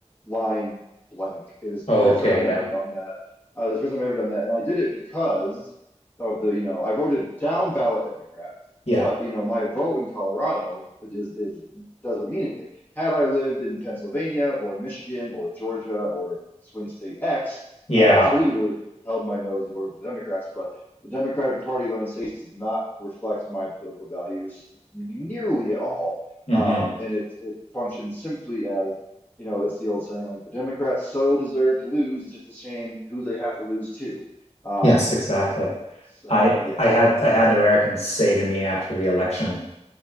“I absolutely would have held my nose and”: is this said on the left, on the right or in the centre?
Left